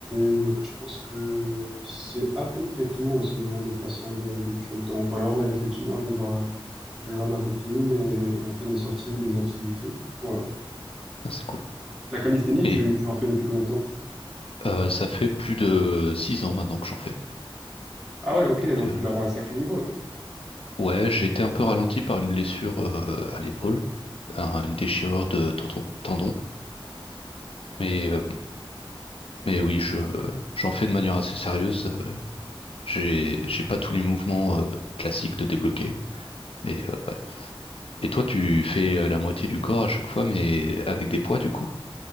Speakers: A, in the centre; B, on the left (about 75°).
A: ouais, je pense que c'est à peu près tout en ce moment mes façons de, de tuer le temps. Ou alors, effectivement, je vais voir je vais voir ma copine et on fait des sorties ou des activités. Voilà.
B: Ah, c'est cool.
A: La calisthénie,
B: Et
A: tu, tu en fais depuis combien de temps?
B: euh, ça fait plus de six ans maintenant que j'en fais.
A: Ah ouais, ok,
B: Donc,
A: donc
B: euh,
A: tu dois avoir un sacré niveau là.
B: ouais, ouais, j'ai été un peu ralenti par une blessure euh, à l'épaule, un- une déchirure de tendon. tendon. Mais, euh, mais oui, je, j'en fais de manière assez sérieuse. Euh, J'ai, j'ai pas tous les mouvements euh, classiques de débloquer. Mais euh, ouais. Et toi, tu fais euh, la moitié du corps à chaque fois, mais avec des poids du coup?